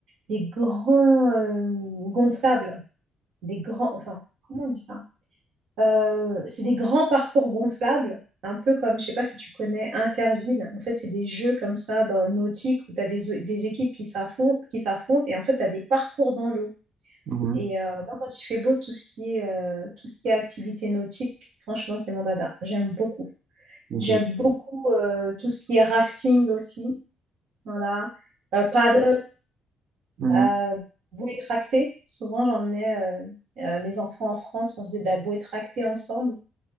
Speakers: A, on the right; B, on the right.
A: des grands euh, gonflables. des grands, enfin, comment on dit ça? Euh, c'est des grands parcours gonflables, un peu comme, je sais pas si tu connais Interville. En fait, c'est des jeux comme ça dans le nautique où tu as des, des équipes qui s'affrontent, qui s'affrontent et en fait, tu as des parcours dans l'eau.
B: mhm.
A: Et euh, moi, quand il fait beau, tout ce qui est, euh, tout ce qui est activité nautique, franchement, c'est mon dada. J'aime beaucoup.
B: Ok.
A: J'aime beaucoup euh, tout ce qui est rafting aussi. Voilà. Euh, paddle,
B: Mhm,
A: Euh, bouée tractée. Souvent, j'emmenais euh, euh, mes enfants en France, on faisait de la bouée tractée ensemble.